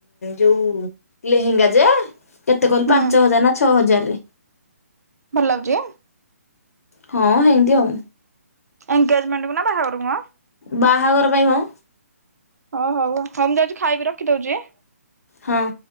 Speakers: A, on the left; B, on the right.
A: ଯୋଉ ଲେହେଙ୍ଗା ଯୋ କେତେ କହିଲୁ
B: ହୁଁ
A: ପାଞ୍ଚ ହଜାର ନା ଛଅ ହଜାରରେ।
B: ଭଲ ଲାଗୁଚି କେ?
A: ହଁ ହେନ୍ତି ଆଉ।
B: ଏଙ୍ଗେଜମେଣ୍ଟ କୁ ନା ବାହାଘର କୁ ମ?
A: ବାହାଘର ପାଇଁ ନୁଁହ
B: ହଉ ହଉ ହଉ ମୁଁ ଯାଉଚି ଖାଇବି ରଖିଦଉଚି।
A: ହଁ।